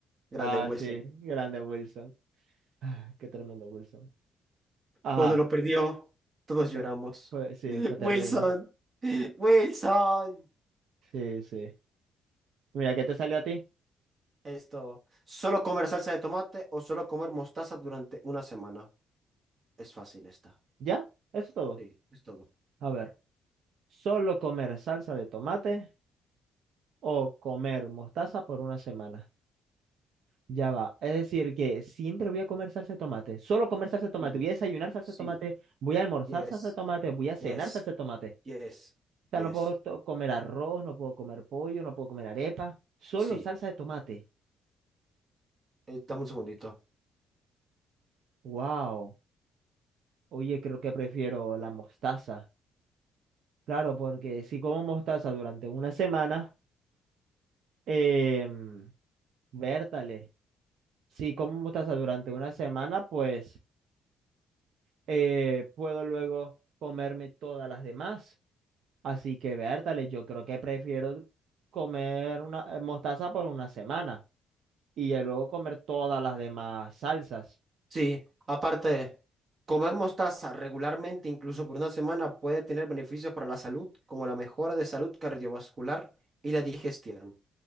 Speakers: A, on the right; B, on the right.
A: grande
B: Ah,
A: Wilson.
B: sí. Grande Wilson. Qué tremendo Wilson. Ajá.
A: Cuando lo perdió, todos
B: Fue,
A: lloramos.
B: fue, sí,
A: <laughs>
B: fue terrible.
A: Wilson, Wilson.
B: Sí, sí. Mira, ¿qué te salió a ti?
A: Esto, solo comer salsa de tomate o solo comer mostaza durante una semana. Es fácil esta.
B: ¿Ya? Eso es todo.
A: Sí, es todo.
B: A ver. Solo comer salsa de tomate. o comer mostaza por una semana. Ya va. Es decir, que siempre voy a comer salsa de tomate. Solo comer salsa de tomate.
A: Sí,
B: Voy a desayunar salsa
A: sí.
B: de tomate. Voy a almorzar
A: Yes,
B: salsa de tomate. Voy a cenar
A: yes,
B: salsa de tomate.
A: yes,
B: O sea,
A: yes.
B: no puedo to- comer arroz, no puedo comer pollo, no puedo comer arepa. Solo
A: Sí.
B: salsa de tomate.
A: Eh, dame un segundito.
B: Wow. Oye, creo que prefiero la mostaza. Claro, porque si como mostaza durante una semana, eh, vértale. Si como mostaza durante una semana, pues eh, puedo luego comerme todas las demás. Así que, vértale, yo creo que prefiero comer una eh, mostaza por una semana y ya luego comer todas las demás salsas.
A: Sí, aparte, comer mostaza regularmente, incluso por una semana, puede tener beneficios para la salud, como la mejora de salud cardiovascular y la digestión.